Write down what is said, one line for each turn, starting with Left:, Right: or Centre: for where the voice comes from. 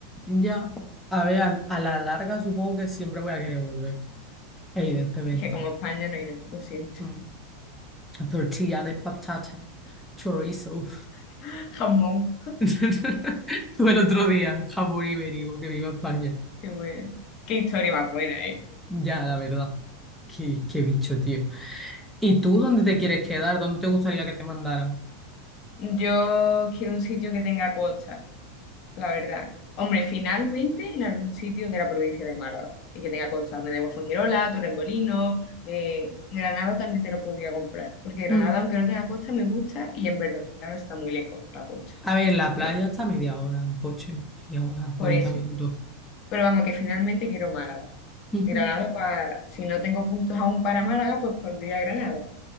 Centre: ya, a ver, al- a, la larga supongo que siempre voy a querer volver, evidentemente.
Left: Sí, es que como España no hay nada, lo siento.
Centre: Mm. Tortilla de patata, chorizo.
Left: <laughs> Jamón,
Centre: <laughs> Tuve el otro día, jamón ibérico, que viva España.
Left: qué bueno. Qué historia más buena, ¿eh?
Centre: Ya, la verdad. Qué, qué bicho, tío. ¿Y tú dónde te quieres quedar? ¿Dónde te gustaría que te mandaran?
Left: Yo quiero un sitio que tenga costa, la verdad. Hombre, finalmente en algún sitio de la provincia de Málaga y que tenga costa, donde de Guafongirola, Torremolinos, eh, Granada también te lo podría comprar, porque Granada,
Centre: Mm.
Left: aunque no tenga costa, me gusta y en verdad no está muy lejos la costa
Centre: A ver, la playa
Left: de Granada.
Centre: está a media hora en coche, media hora,
Left: Por
Centre: 40
Left: eso.
Centre: minutos.
Left: Pero vamos, que finalmente quiero Málaga.
Centre: Ujú,
Left: Granada, pa- si no tengo puntos aún para Málaga, pues pondría Granada.